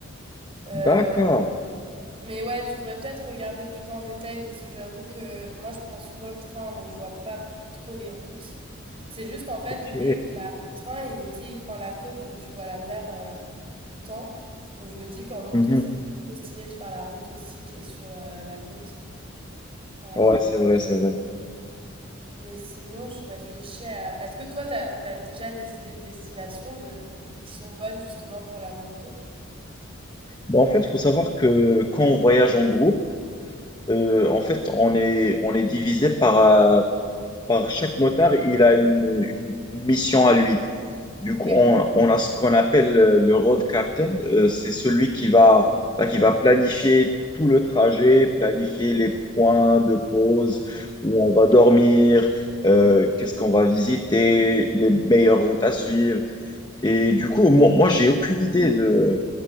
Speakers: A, on the right; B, on the left.
A: Euh,
B: D'accord.
A: mais ouais, tu devrais peut-être regarder plus en détail parce que j'avoue que moi, je prends souvent le train, donc je vois pas trop les routes. C'est juste qu'en fait,
B: Ok.
A: les, la- le train, il, tu sais, il prend la côte, donc tu vois la mer euh, tout le temps. Donc je me dis qu'en moto,
B: Mhm.
A: ça serait trop stylé de faire la route aussi qui est sur la, la côte. Euh,
B: Ouais, c'est vrai, c'est vrai.
A: Mais sinon, je réfléchis à... Est-ce que toi, t'as, t'as déjà des idées de destination de, pour, qui sont bonnes justement pour la moto?
B: Bon, en fait, il faut savoir que quand on voyage en groupe, euh, en fait, on est, on est divisé par, euh, par chaque motard, il a une, une- une mission à lui. Du
A: Ok.
B: coup, on, on a ce qu'on appelle euh, le road captain. Euh, c'est celui qui va, bah, qui va planifier tout le trajet, planifier les points de pause, où on va dormir, euh, qu'est-ce qu'on va visiter, les meilleures routes à suivre. Et du coup, moi, moi j'ai aucune idée de